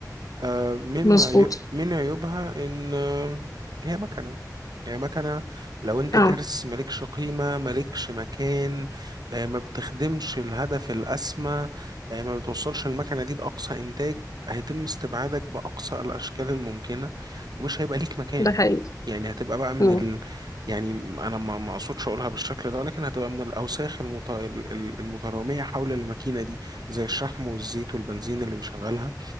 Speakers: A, on the right (about 70°); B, on the left (about 50°).
A: آه، من
B: مظبوط
A: عيو... من عيوبها ان آه، هي مكنه هي مكنه لو انت
B: اه
A: ترس مالكش قيمه مالكش مكان آه، ما بتخدمش الهدف الاسمى آه، ما بتوصلش المكنه دي لاقصى انتاج هيتم استبعادك باقصى الاشكال الممكنه ومش هيبقى ليك مكان
B: ده حقيقي
A: يعني هتبقى بقى من
B: مم.
A: ال... يعني انا ما ما اقصدش اقولها بالشكل ده ولكن هتبقى من الاوساخ المت... ال- ال- المتراميه حول الماكينه دي زي الشحم والزيت والبنزين اللي بيشغلها